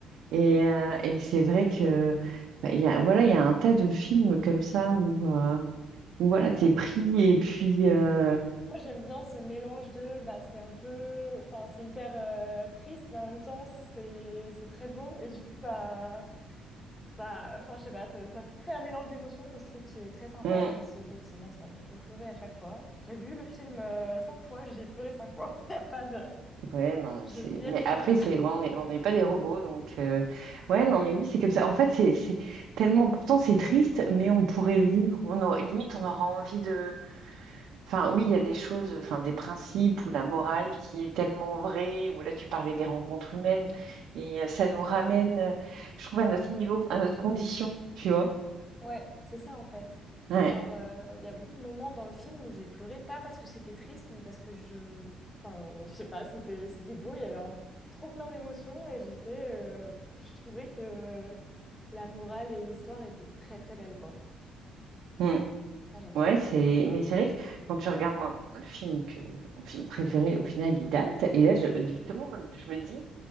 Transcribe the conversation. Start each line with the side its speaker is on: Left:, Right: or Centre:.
Right: Et, euh, et c'est vrai que bah, il y a, voilà, il y a un tas de films comme ça où, euh, où, voilà, t'es
Left: <laughs>
Right: pris
Left: Bah,
Right: et puis euh,
Left: moi, j'aime bien ce mélange de... Bah, c'est un peu... Enfin, c'est hyper euh, triste, mais en même temps, c'est c'est très beau. Et du coup, bah, ça... Enfin, je sais pas, ça, ça crée un mélange d'émotions que je trouve qui est très sympa,
Right: hmm,
Left: même si, effectivement, ça me fait pleurer à chaque fois. J'ai vu le film euh, cinq fois, j'ai pleuré cinq fois. <laughs> Il a pas de...
Right: ouais, non, mais
Left: Je
Right: c'est.
Left: m'y
Right: Mais
Left: habitue
Right: après,
Left: pas.
Right: c'est ouais, on est- on n'est pas des robots, donc euh, ouais, non, mais oui, c'est comme ça. En fait, c'est c'est tellement. Pourtant, c'est triste, mais on pourrait le vivre. On aurait, limite, on aura envie de. Enfin, oui, il y a des choses, enfin, des principes ou la morale qui est tellement vraie, ou là, tu parlais des rencontres humaines, et euh, ça nous ramène, euh, je trouve, à notre niveau, à notre condition, tu vois.
Left: Ouais, c'est ça en fait.
Right: Ouais,
Left: Genre, euh, il y a beaucoup de moments dans le film où j'ai pleuré, pas parce que c'était triste, mais parce que je... Enfin, je sais pas, c'était c'était beau, il y avait un trop plein d'émotions et j'étais... euh, je trouvais que la morale et l'histoire étaient très très belles, quoi.
Right: Mm.
Left: Ça, j'aime
Right: ouais,
Left: trop.
Right: c'est, mais c'est vrai que quand tu regardes moi, le film que, mon film préféré, au final, il date, et là, je- justement, je me dis,